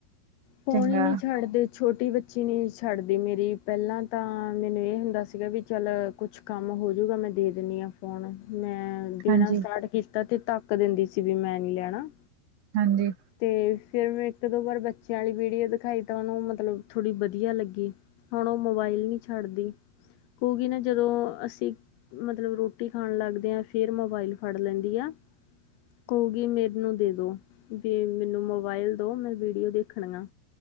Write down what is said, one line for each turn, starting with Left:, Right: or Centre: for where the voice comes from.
Left: ਫੋਨ
Right: ਚੰਗਾ
Left: ਹੀ ਨਹੀਂ ਛੱਡਦੇ। ਛੋਟੀ ਬੱਚੀ ਨਹੀਂ ਛੱਡਦੀ ਮੇਰੀ, ਪਹਿਲਾਂ ਤਾਂ ਮੈਨੂੰ ਇਹ ਹੁੰਦਾ ਸੀਗਾ ਵੀ ਚੱਲ ਕੁਛ ਕੰਮ ਹੋਜੂਗਾ, ਮੈਂ ਦੇ ਦਿੰਨੀ ਹਾਂ ਫੋਨ, ਮੈਂ ਦੇਣਾ
Right: ਹਾਂਜੀ
Left: ਸਟਾਰਟ ਕੀਤਾ ਤੇ ਧੱਕ ਦਿੰਦੀ ਸੀ, ਵੀ ਮੈਂ ਨੀ ਲੈਣਾ।
Right: ਹਾਂਜੀ।
Left: ਤੇ ਫਿਰ ''ਮੈਂ ਇੱਕ-ਦੋ ਵਾਰ ਬੱਚਿਆਂ ਵਾਲੀ ਵੀਡੀਓ ਦਿਖਾਈ ਤਾਂ, ਉਹਨੂੰ ਮਤਲਬ ਥੋੜੀ ਵਧੀਆ ਲੱਗੀ। ਹੁਣ, ਉਹ ਮੋਬਾਇਲ ਨਹੀਂ ਛੱਡਦੀ, ਕੁਗੀ ਨਾ ਜਦੋਂ ਅਸੀ ਮਤਲਬ, ਰੋਟੀ ਖਾਣ ਲੱਗਦੇ ਆਂ ਫੇਰ ਮੋਬਾਇਲ ਫੜ ਲੈਂਦੀ ਆ। ਕੋਉਗੀ ਮੇਨੂੰ ਦੇਦੋ। ਵੀ ਮੈਨੂੰ ਮੋਬਾਇਲ ਦੋ ਮੈਂ ਵੀਡੀਓ ਦੇਖਣਗਾਂ,